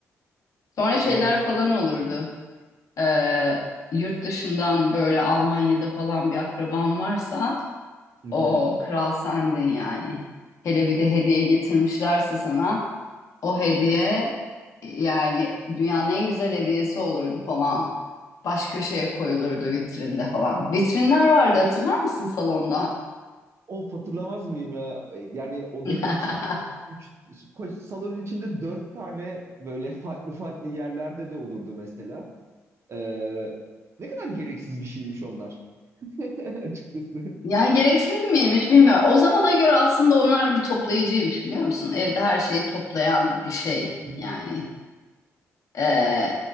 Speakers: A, on the left; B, on the right.
A: Sonra
B: Ha, olabilir.
A: şeyler falan olurdu. Ee, yurt dışından böyle Almanya'da falan bir akraban varsa
B: Hı
A: o
B: hı.
A: kral sendin yani. Hele bir de hediye getirmişlerse sana o hediye yani dünyanın en güzel hediyesi olurdu falan. Baş köşeye koyulurdu vitrinde falan. Vitrinler vardı hatırlar mısın salonda?
B: Of hatırlamaz mıyım ya? Yani odanın
A: <laughs>
B: içinde üç, ko- salonun içinde dört tane böyle farklı farklı yerlerde de olurdu mesela. Ee, ne kadar gereksiz bir şeymiş onlar. <laughs> Açıkçası.
A: Yani gereksiz miymiş bilmiyorum. O zamana göre aslında onlar bir toplayıcıymış biliyor musun? Evde her şeyi toplayan bir şey
B: Hı hı.
A: yani. Ee,